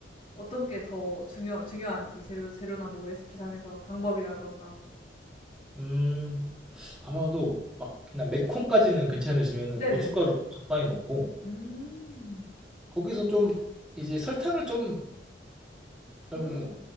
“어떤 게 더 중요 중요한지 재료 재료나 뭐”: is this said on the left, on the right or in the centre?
Left